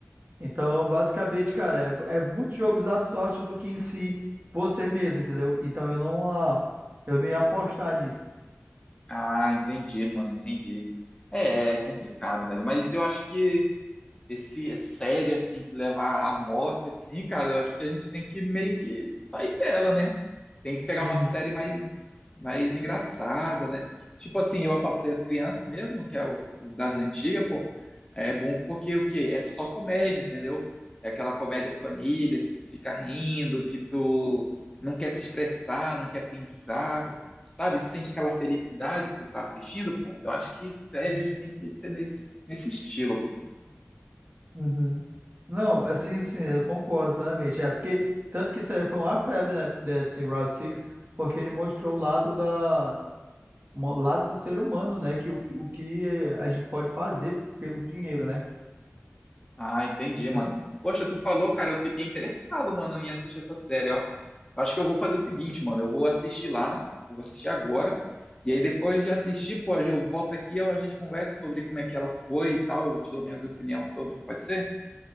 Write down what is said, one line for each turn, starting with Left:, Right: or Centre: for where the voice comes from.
Right: Então, basicamente, cara, é, é muitos jogos da sorte do que em si você mesmo, entendeu? Então, eu não, ah, eu não ia apostar nisso.
Left: Ah, entendi, mano, entendi. É, é complicado, velho. Mas eu acho que esse série assim que leva à morte assim, cara, eu acho que a gente tem que meio que sair dela, né? Tem que pegar
Right: Uhum.
Left: uma série mais mais engraçada, né? Tipo assim, eu a Patroa e as Crianças mesmo, que é o, o das antigas, pô, é bom porque o quê? É só comédia, entendeu? É aquela comédia família que tu fica rindo, que tu não quer se estressar, não quer pensar, sabe? Sente aquela felicidade por estar assistindo, pô. Eu acho que série
Right: Uhum.
Left: a gente tem que ser nesse, nesse estilo, pô.
Right: Uhum. Não, assim, sim, eu concordo plenamente. É porque, tanto que isso aí foi uma febre, né, desse Route 6, porque ele mostrou o lado da, mo- lado do ser humano, né, que o, o que a gente pode fazer pelo dinheiro, né?
Left: Ah, entendi, mano.
Right: É.
Left: Poxa, tu falou, cara, eu fiquei interessado, mano, em assistir essa série, ó. Eu acho que eu vou fazer o seguinte, mano, eu vou assistir lá, eu vou assistir agora, e aí depois de assistir, pô, eu volto aqui e a gente conversa sobre como é que ela foi e tal, eu te dou minhas opiniões sobre, pode ser?